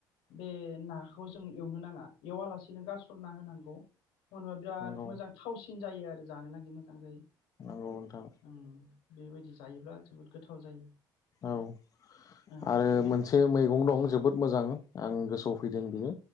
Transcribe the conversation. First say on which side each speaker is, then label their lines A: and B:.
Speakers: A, on the left; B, on the left.
A: बे नाखौ जों एवनो नाङा एवालासेनो गारसनना होनांगौ। <unintelligible> बिराद
B: नंगौ
A: मोजां थावसिन जायो आरो जानो लागै मोजां जायो।
B: नंगौ नोंथां
A: ओम बेबायदि जायोब्ला जोबोद गोथाव जायो।
B: औ
A: औ
B: आरो
A: बे
B: मोनसे मैगं दं जोबोद मोजां आं गोसोआव फैदों बियो